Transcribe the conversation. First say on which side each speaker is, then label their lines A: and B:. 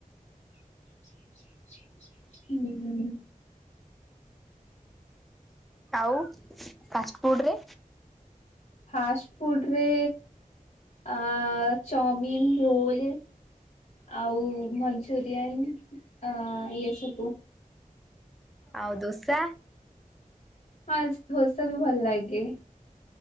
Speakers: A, on the left; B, in the centre.
A: ଉଁ ହୁଁ।
B: ଆଉ ଫାଷ୍ଟଫୁଡ଼ରେ।
A: ଫାଷ୍ଟ ଫୁଡ଼ରେ ଆ ଚମିିନ ରୋଲ। ଆଉ ମଞ୍ଚୁରିୟାନ ଆ ଏସବୁ।
B: ଆଉ ଦୋସା।
A: ଫାଷ୍ଟ ଧୋସା ବି ଭଲ ଲାଗେ